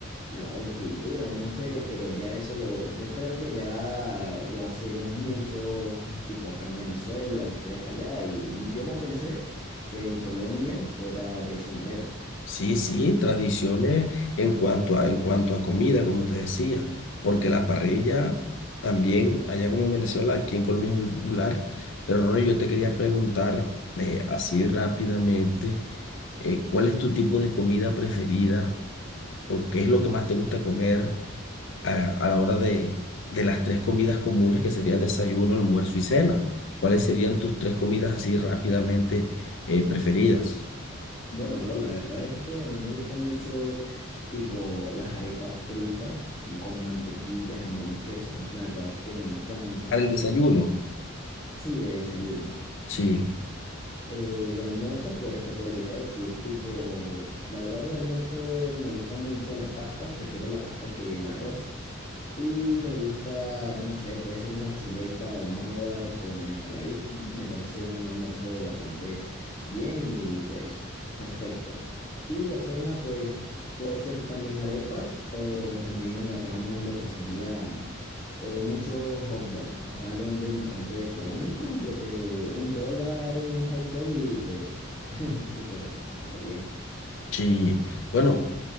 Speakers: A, on the left; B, on the left.
A: la, o cultura, no sé, pero ya eso lo, yo creo que ya lo hacemos mucho, tipo acá en Venezuela, ustedes allá, y yo no pensé que en Colombia fuera de esa manera.
B: Sí, sí, tradiciones en cuanto a, en cuanto a comida, como te decía, porque la parrilla también, allá como en Venezuela, aquí en Colombia es muy popular. Pero Ronnie, yo te quería preguntar eh, así rápidamente, eh, ¿cuál es tu tipo de comida preferida? ¿O qué es lo que más te gusta comer? a, a la hora de, de las tres comidas comunes que serían desayuno, almuerzo y cena. ¿Cuáles serían tus tres comidas así rápidamente eh, preferidas?
A: Bueno, bro, la verdad es que a mí me gusta mucho, tipo, las arepas fritas con mantequilla, jamón y queso. La verdad es que me encanta.
B: Para el desayuno.
A: Sí, de desayuno.
B: Sí,
A: Eh, de almuerzo, pues te podría decir, tipo, la verdad es que de almuerzo me gusta mucho la pasta, prefiero la pasta que el arroz. Y me gusta, no sé, puede ser una chuleta ahumada con ensaladita. Me parece un almuerzo bastante bien y pues perfecto. Y de cena, pues puede ser también arepas o también agarramos lo que sería eh, mucho hot dog. Acá lo venden bastante económico, lo que un dólar, un hot dog y pues <laughs> súper, súper bien.
B: sí. Bueno,